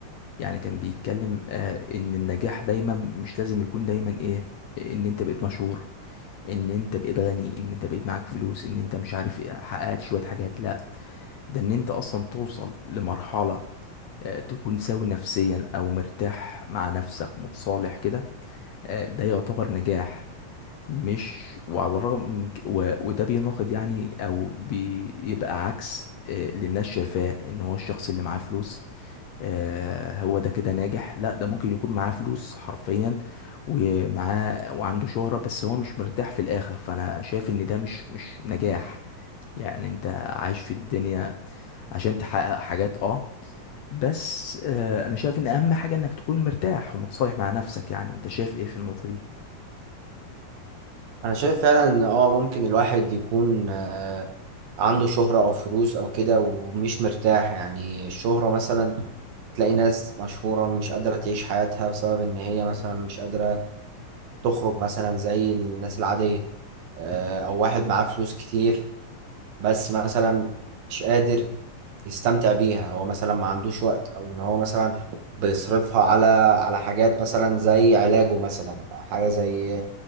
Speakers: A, on the left (about 65°); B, on the right (about 85°).
A: يعني كان بيتكلم آه، إن النجاح دايما مش لازم يكون دايما إيه إن أنت بقيت مشهور إن أنت بقيت غني إن أنت بقيت معاك فلوس إن أنت مش عارف إيه، حققت شوية حاجات لا ده إن أنت أصلا توصل لمرحلة آه، تكون سوي نفسيا أو مرتاح مع نفسك متصالح كده آه، ده يعتبر نجاح مش وعلى الرغم من ك- و... وده بيناقض يعني او بيبقى عكس آه، اللي الناس شايفاه ان هو الشخص اللي معاه فلوس آه، هو ده كده ناجح لا ده ممكن يكون معاه فلوس حرفيا ومعاه وعنده شهرة بس هو مش مرتاح في الاخر فانا شايف ان ده مش مش نجاح يعني انت عايش في الدنيا عشان تحقق حاجات اه بس آه، انا شايف ان اهم حاجة انك تكون مرتاح ومتصالح مع نفسك يعني انت شايف ايه في النقطة دي
B: أنا شايف فعلا إن آه ممكن الواحد يكون آه عنده شهرة أو فلوس أو كده ومش مرتاح يعني الشهرة مثلا تلاقي ناس مشهورة مش قادرة تعيش حياتها بسبب إن هي مثلا مش قادرة تخرج مثلا زي الناس العادية آه، أو واحد معاه فلوس كتير بس مثلا مش قادر يستمتع بيها هو مثلا ما عندوش وقت او ان هو مثلا بيصرفها على على حاجات مثلا زي علاجه مثلا حاجة زي